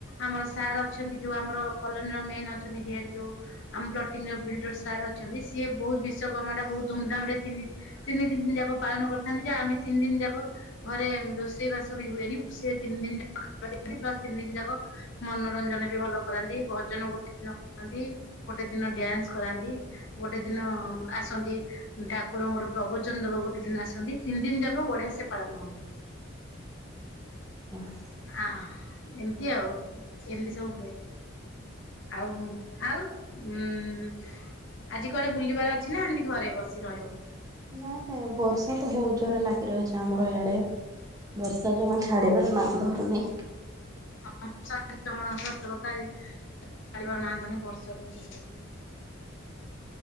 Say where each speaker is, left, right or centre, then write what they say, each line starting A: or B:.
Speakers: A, on the left; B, on the right.
A: ଆମର ସାର୍ ଅଛନ୍ତି ଯୋଉ ଆମର କଲୋନୀର ମେନ୍ ଅଛନ୍ତି ହେଡ ଯୋଉ ଆମ ପ୍ଲଟିଂ ର ବିଲଡର ସାର୍ ଅଛନ୍ତି ସିଏ ବହୁତ୍ ବିଶ୍ଵକର୍ମା ଟା ବହୁତ୍ ଧୁମ୍ ଧାମ୍ ରେ ତିନି ତିନି ଦିନ ଯାକ ପାଳନ କରିଥାନ୍ତି ଯେ ଆମେ ତିନି ଦିନ ଯାକ ଘରେ ରୋଷେଇ ବାସ ବି ହୁଏନି ସିଏ ତିନି ଦିନ ଯାକ ଖାଇବାକୁ ଦିଅନ୍ତି ପ୍ଲସ ତିନି ଦିନ ଯାକ ମନୋରଞ୍ଜନ ବି ଭଲ କରାନ୍ତି ଭଜନ ଗୋଟେ ଦିନ କରାନ୍ତି ଗୋଟେ ଦିନ ଡ୍ୟାନ୍ସ କରାନ୍ତି। ଗୋଟେ ଦିନ ଆସନ୍ତି ଠାକୁରଙ୍କର ପ୍ରବଚନ ଦେବାକୁ ଗୋଟେ ଦିନ ଆସନ୍ତି। ତିନି ଦିନ ଯାକ ବଢ଼ିଆ ସେ ପାଳନ ହୁଏ।
B: ବାସ୍
A: ଏମିତି ଆଉ ଏମିତି ସବୁ ହୁଏ। ଆଉ ଆଉ ଉଁ ଆଜି କୁଆଡ଼େ ବୁଲିବାର ଅଛି ନା ଏମିତି ଘରେ ବସି ରହିବ।
B: ନାଇଁ ନାଇଁ ବର୍ଷା ତ ବହୁତ ଜୋରରେ ଲାଗି ରହିଛି ଆମର ଏ ଆଡ଼େ ବର୍ଷା ଯୋଉ ମାନେ ଛାଡ଼ିବାର ନାଁ ଧରୁନି।
A: ବର୍ଷା ଜମା ସତ କଥା ଏଇ ଛାଡ଼ିବାର ନାଁ ଧରୁନି ବର୍ଷା ତ ବହୁତ ହଉଚି।